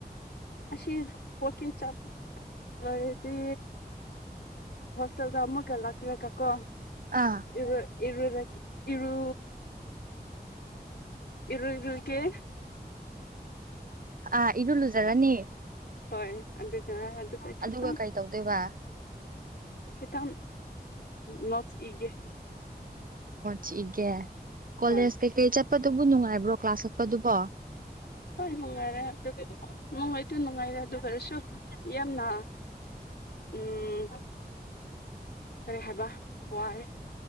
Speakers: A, on the left; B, on the right.
A: ꯑꯁꯤꯁ ꯍꯀꯤꯡ ꯆꯥꯄ ꯍꯣꯏꯗꯤ ꯍꯣꯁꯇꯦꯜꯗ ꯑꯃꯛꯀ ꯂꯥꯛꯈ꯭ꯔꯦꯒꯀꯣ
B: ꯑꯥ
A: ꯏꯔ ꯏꯔꯔ ꯏꯔ ꯏꯔꯣ ꯏꯔꯒꯦ
B: ꯑꯥ ꯏꯔ ꯂꯨꯖꯔꯅꯤ
A: ꯍꯣꯏ ꯑꯗꯨꯒ ꯑꯗꯨꯒꯈꯤꯄꯥꯝ
B: ꯑꯗꯨꯒ ꯀꯩ ꯇꯧꯗꯣꯏꯕ
A: ꯆꯀꯥꯟ ꯅꯣꯆ ꯏꯒꯦ
B: ꯆꯤꯒꯦ ꯀꯣꯂꯦꯖ
A: ꯍꯣꯏ
B: ꯀꯩꯀꯩ ꯆꯠꯄꯗꯨꯕꯨ ꯅꯨꯡꯉꯥꯏꯕ꯭ꯔꯣ ꯀ꯭ꯂꯥꯁ ꯆꯠꯄꯗꯨꯕꯣ
A: ꯍꯣꯏ ꯅꯨꯡꯉꯥꯏꯔꯦ ꯑꯗꯨ ꯅꯨꯡꯉꯥꯏꯇ ꯅꯨꯡꯉꯥꯏꯔꯦ ꯑꯗꯨ ꯈꯔꯁꯨ ꯌꯥꯝꯅ ꯎꯝ ꯐꯔꯦ ꯍꯥꯏꯕ ꯋꯥꯔꯦ